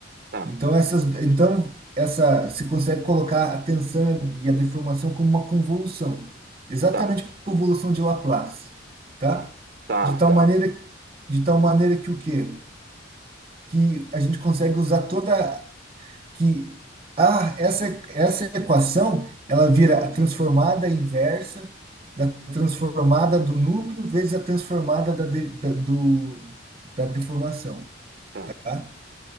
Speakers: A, on the right; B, on the right.
A: tá,
B: Então, essas, então essa, se consegue colocar a tensão e a deformação como uma convolução, exatamente
A: tá,
B: a convolução de Laplace, tá?
A: tá, tá,
B: De tal
A: tá,
B: maneira, de tal maneira que o quê? Que a gente consegue usar toda que a, essa, essa equação ela vira a transformada inversa da transformada do núcleo vezes a transformada da, de- da- do, da deformação,
A: tá.
B: tá?